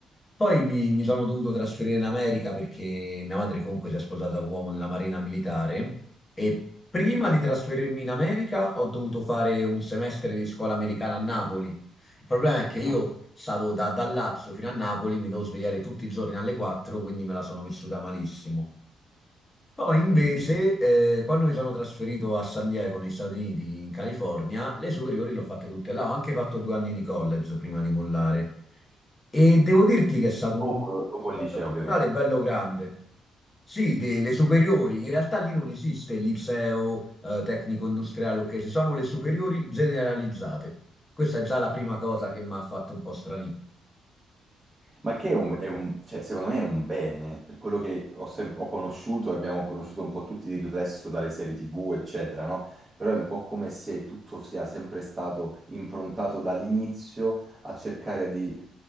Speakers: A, on the left; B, on the right.
A: Poi mi, mi sono dovuto trasferire in America perché mia madre comunque si è sposata con un uomo nella marina militare e prima di trasferirmi in America ho dovuto fare un semestre di scuola americana a Napoli Il problema è che
B: Ah,
A: io stavo da, dal Lazio fino a Napoli, mi devo svegliare tutti i giorni alle 4, quindi me la sono vissuta malissimo. Poi invece,
B: mi- mi-
A: eh, quando mi sono trasferito a San Diego, negli Stati Uniti, in California, le superiori le ho fatte tutte là. Ho anche fatto due anni di college prima di mollare. E devo dirti che è stato un
B: Dopo, dopo
A: shock
B: il liceo,
A: culturale
B: ovviamente.
A: bello grande. Sì, delle superiori, in realtà lì non esiste il liceo, eh, tecnico industriale, ok, ci sono le superiori generalizzate. Questa è già la prima cosa che mi ha fatto un po' strani.
B: Ma che è un, è un- cioè, secondo me è un bene, per quello che ho, sem- ho conosciuto e abbiamo conosciuto un po' tutti di riflesso dalle serie TV, eccetera, no? Però è un po' come se tutto sia sempre stato improntato dall'inizio a cercare di